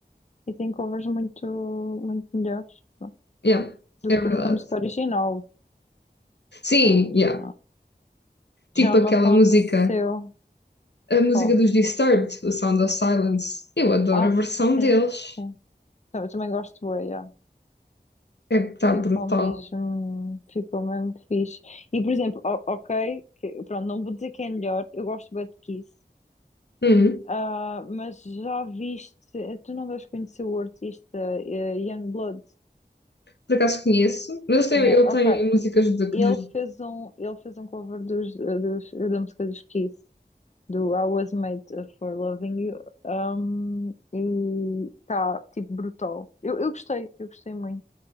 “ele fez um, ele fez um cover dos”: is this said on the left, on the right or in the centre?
Left